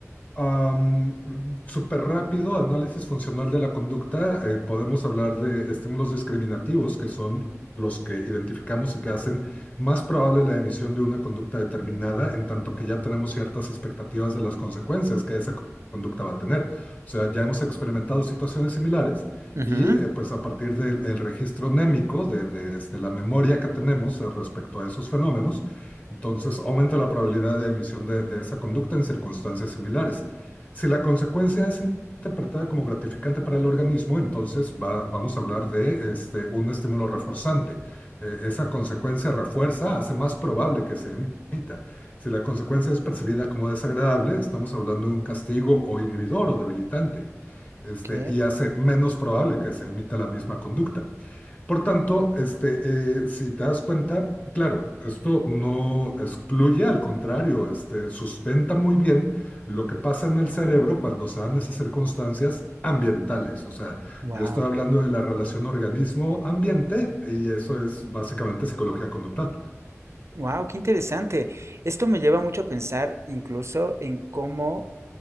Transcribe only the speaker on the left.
Am, súper rápido, análisis funcional de la conducta. eh, podemos hablar de estímulos discriminativos, que son los que identificamos y que hacen más probable la emisión de una conducta determinada, en tanto que ya tenemos ciertas expectativas de las consecuencias que esa conducta va a tener. O sea, ya hemos experimentado situaciones similares
y eh, pues a partir del el registro némico, de, de, este, la memoria que tenemos eh, respecto a esos fenómenos, entonces aumenta la probabilidad de emisión de de esa conducta en circunstancias similares. Si la consecuencia es interpretada como gratificante para el organismo, entonces va- vamos a hablar de este, un estímulo reforzante. Eh, esa consecuencia refuerza, hace más probable que se emita. Si la consecuencia es percibida como desagradable, estamos hablando de un castigo o inhibidor o debilitante, este,
y hace menos probable que se emita la misma conducta. Por tanto, este, eh, si te das cuenta, claro, esto no excluye, al contrario, este, sustenta muy bien lo que pasa en el cerebro cuando se dan esas circunstancias ambientales. O sea,
yo estoy hablando de la relación organismo-ambiente y eso es básicamente psicología conductual.